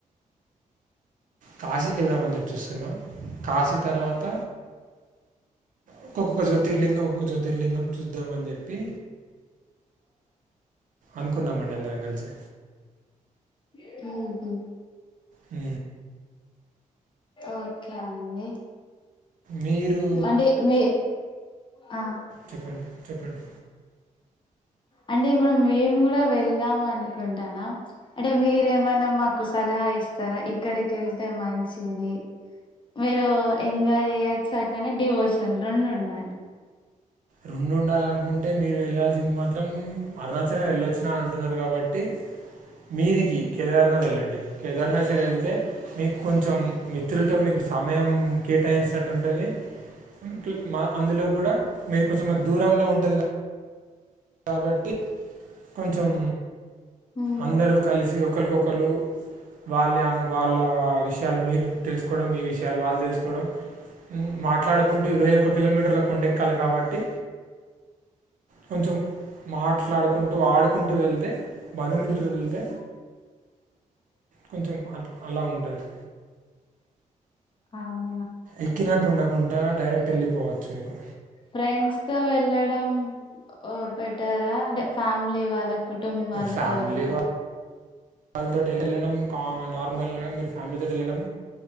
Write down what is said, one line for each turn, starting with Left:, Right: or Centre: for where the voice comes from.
Right: కాశీకి వెళ్దామని చెప్పి చూస్తున్నాం. కాశీ తర్వాత, ఒక్కొక్క జ్యోతిర్లింగం, ఒక్క జ్యోతిర్లింగం చూద్దాం అని చెప్పి
Left: అ
Right: అనుకున్నాం అండి అందరం కలిసి.
Left: మ్ హు
Right: మ్
Left: ఓకే అండి
Right: మీరు
Left: అంటే మీ, ఆ,
Right: చెప్పండి చెప్పండి.
Left: అంటే ఇప్పుడు మేము కూడా వెళ్దాం అనుకుంటన్నాం. అంటే మీరేమన మాకు సలహా ఇస్తారా? ఇక్కడికెళ్తే మంచిది. మీరు ఎంజాయ్ చేయొచ్చు అట్లనే డివోషనల్ రొండు ఉండాలి.
Right: రెండు ఉండాలనుకుంటే మీరు వెళ్ళాల్సింది మాత్రం, అరుణాచలం వెళ్ళొచ్చినా అంటున్నారు కాబట్టి, మీదికి కేదార్నాథ్ వెళ్ళండి కేదారనాథ్ సైడ్ వెళ్తే మీకు కొంచెం మిత్రులతో మీకు సమయం కేటాయించినట్టు ఉంటుంది ఉంటూ మా అందులో కూడా మీ కొంచెం దూరంలో ఉంటది క కాబట్టి కొంచెం
Left: ఉమ్
Right: అందరూ కలిసి ఒకలీకొకలు వాళ్ళే అన్ వాళ్ళ విషయాలు మీరు తెలుసుకోవడం, మీ విషయాలు వాళ్ళు తెలుసుకోవడం. మాట్లాడుకుంటూ ఇరవై ఒక్క కిలోమీటర్ల కొండెక్కాలి కాబట్టి, కొంచెం మాట్లాడుకుంటూ ఆడుకు కుంటూ వెళ్తే బంధుమిత్రు వెళ్తే కొంచెం అట్లా అలా ఉంటుంది
Left: అవును
Right: ఎక్కినట్టు ఉండకుండా డైరెక్ట్ వెళ్ళిపోవచ్చు మీకు
Left: ఫ్రెండ్స్ తో వెళ్ళడం ఓ బెటరా అంటే ఫ్యామిలీ వాళ్ళ కు కుటుంబాలతో
Right: ఫ్యామిలీ
Left: వెళ్ళడం
Right: వాళ్ళతో వెళ్ళడం కా నార్మల్గా మీరు ఫ్యామిలీ తోటి వెళ్ళడం